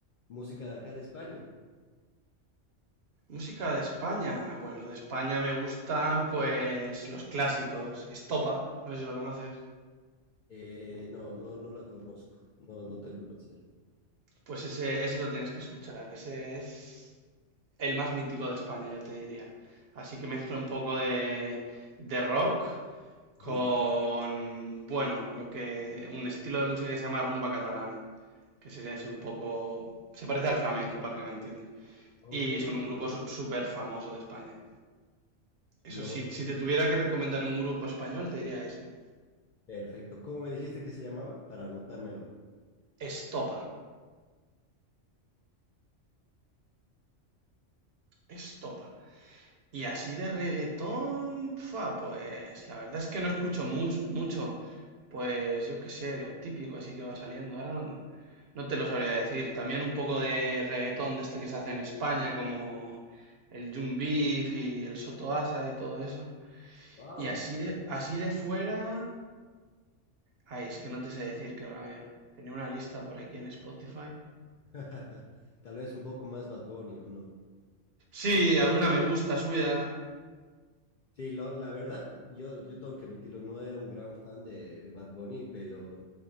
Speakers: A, on the left; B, on the right.
A: música de acá de España.
B: Música de España. Bueno, de España me gustan pues los clásicos. Estopa, no sé si lo conoces.
A: Eh, no, no, no la conozco, no, no tengo el placer.
B: Pues ese, ese lo tienes que escuchar. Ese es el más mítico de España, yo te diría. Así que mezcla un poco de, de rock Con,
A: Ujú.
B: bueno, lo que, un estilo de música que se llama rumba catalana, que sería así un poco, se parece al flamenco, para que me entiendas.
A: Ok,
B: Y son un grupo su- súper famoso de España.
A: lo-
B: Eso sí, si te tuviera que recomendar un grupo español, te diría ese.
A: perfecto. ¿Cómo me dijiste que se llamaba? Para anotármelo.
B: Estopa, Estopa. Y así de reggaetón, fua, pues la verdad es que no escucho mus- mucho, pues yo qué sé, lo típico así que va saliendo. Ahora no, no te lo sabría decir. También un poco de reggaetón de este que se hace en España, como el Jun Beef y el Sotoasa y todo eso.
A: Wow.
B: Y así de, así de fuera, ay, es que no te sé decir qué rabia. Tenía una lista por aquí en Spotify.
A: <laughs> Tal vez un poco más Bad Bunny o no.
B: Sí, alguna me gusta suya,
A: Sí, lo- la verdad, yo, yo tengo que admitirlo, no era un gran fan de, de Bad Bunny, pero